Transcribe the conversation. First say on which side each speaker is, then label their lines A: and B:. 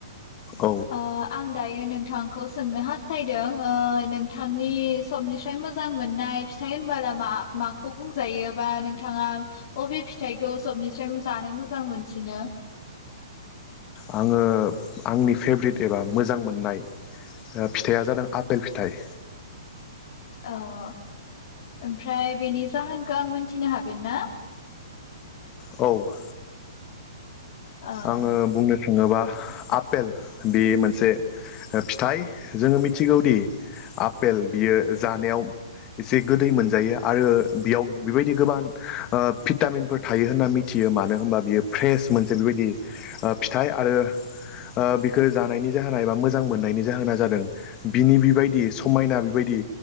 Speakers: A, on the left; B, on the left.
A: औ
B: आ आं दायो नोंथांखौ सोंनो हास्थायदों ओ नोंथांनि सबनिसाय मोजां मोननाय फि थाइ होनबोला मा माखौ बुंजायो बा नोंथाङा अबे फि थाइखौ सबनिफ्राय जानो मोजां मोनसिनो?
A: आङो आंनि फेभ्रेट एबा मोजां मोननाय फिथाइया जादों आपेल फिथाइ
B: औ ओमफ्राय बेनि जाहोनखौ आं मोनथिनो हागोन ना?
A: औ
B: ओ
A: आङो बुंनो थाङोबा आपेल बे मोनसे ओ फिथाइ जोङो मिथिगौदि आपेल बियो जानायाव एसे गोदै मोनजायो आरो बेयाव बेबायदि गोबां ओ भिटामिनफोर थायो होनना मिथि यो मानो होनबा बियो फ्रेस मोनसे बेबायदि फिथाइ आरो ओ बिखौ जानायनि जाहोना एबा मोजां मोननायनि जाहोना जादों बिनि बेबायदि समायना बेबायदि